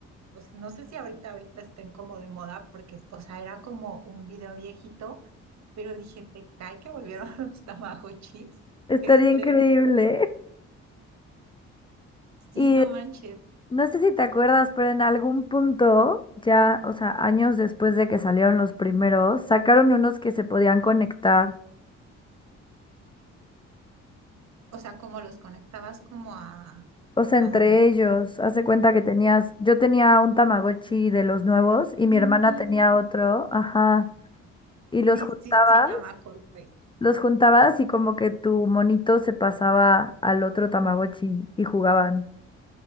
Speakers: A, on the right; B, on the left.
A: o sea, no sé si ahorita, ahorita estén como de moda, porque, o sea, era como un video viejito, pero dije, te cae que volvieron <laughs> los Tamagotchis.
B: Estaría
A: Qué estrés.
B: increíble. <laughs>
A: Sí,
B: Y
A: no manches.
B: no sé si te acuerdas, pero en algún punto, ya, o sea, años después de que salieron los primeros, sacaron unos que se podían conectar.
A: O sea, como los conectabas como a,
B: O sea,
A: ¿a
B: entre
A: dónde?
B: ellos, hace cuenta que tenías, yo tenía un Tamagotchi de los nuevos y mi
A: Sí,
B: hermana tenía otro, ajá, y los
A: sí,
B: juntabas.
A: sí, sí, ya me acordé.
B: Los juntabas y como que tu monito se pasaba al otro Tamagotchi y jugaban.